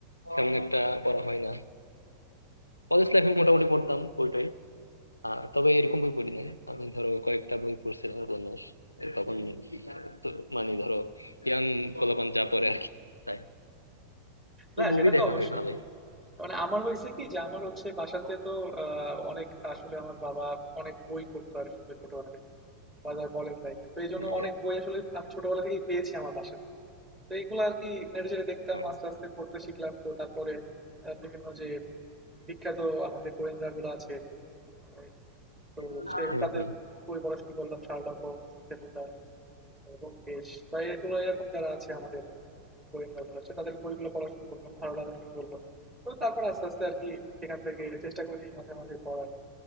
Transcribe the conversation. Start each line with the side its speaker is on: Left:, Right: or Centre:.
Left: তেমন একটা পড়া হয় না কলেজ লাইফে মোটামুটি পড়তাম বইটাই আহ, তবে এরকম বই পড়ি না আমি ধরো কয়েকটা বই পড়ছিলাম উপন্যাস তখন তো- মানে ধরো ইয়াং পোলাপান যা পড়ে আর কি তাই তো
Right: না
Left: মুভি
Right: সেটা তো
Left: দেখা
Right: অবশ্যই
Left: হয় ভালোই
Right: মানে আমার হয়েছে কি যে আমার হচ্ছে বাসাতে তো আহ, অনেক আসলে আমার বাবা অনেক বই পড়তো আর আসলে ছোটবেলা থেকে। বা ধর কলেজ লাইফে তো এই জন্য
Left: হুম
Right: অনেক বই আসলে আমি ছোটবেলা থেকেই পেয়েছি আমার বাসাতে তো এইগুলো আর কি নেড়ে চেড়ে দেখতাম
Left: ও
Right: আস্তে আস্তে পড়তে শিখলাম তো তারপরে আহ, বিভিন্ন যে বিখ্যাত আমাদের গোয়েন্দা গুলো আছে আহ, তো
Left: হুম
Right: সে তাদের
Left: হুম
Right: বই পড়া শুরু করলাম শার্লক হোমস ফেলুদা তারপর ব্যোমকেশ বা এগুলো এরকম যারা আছে আমাদের গোয়েন্দা গুলো আছে তাদের বইগুলো পড়া শুরু করলাম ভালো লাগা শুরু করলো তো তারপর আস্তে আস্তে আর কি সেখান থেকে চেষ্টা করি মাঝে মাঝে পড়ার